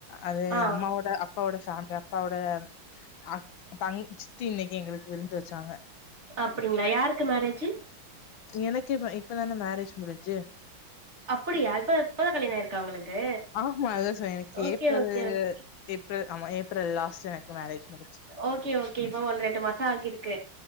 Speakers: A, on the left; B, on the right.
A: அது
B: ஆ
A: அம்மாவோட அப் பாவோட ஃபேமிலி அப்பாவோட ஆ தங் சித்தி இன்னிக்கு எங்களுக்கு விருந்து வெச்சாங்க
B: அப்டிங்களா யாருக்கு மேரேஜு
A: எனக்கே ம இப்பதானே மேரேஜ் முடிஞ்சி
B: அப்படியா இப்ப இப்பதா கல்யாண ஆயிருக்கா உங்களுக்கு
A: ஆமா அதுதா சொ எனக்கு
B: okay
A: April
B: okay okay
A: April ஆமா ஏப்ரல் லாஸ்ட் எனக் கு மேரேஜ் முடிச்சி
B: ஓகே ஓகே இப்ப ஒன் ரெண்டு மாச ஆகிருக்கு